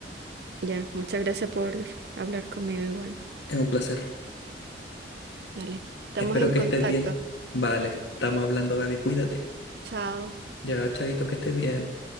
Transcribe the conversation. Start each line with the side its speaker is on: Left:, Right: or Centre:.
Right: ya. Muchas gracias por hablar conmigo igual.
Left: Es un placer.
Right: Dale. Estamos
Left: Espero
Right: en
Left: que
Right: contacto.
Left: estés bien. Vale, estamos hablando, Gaby, cuídate.
Right: Chao.
Left: Ya, chaito, que estés bien.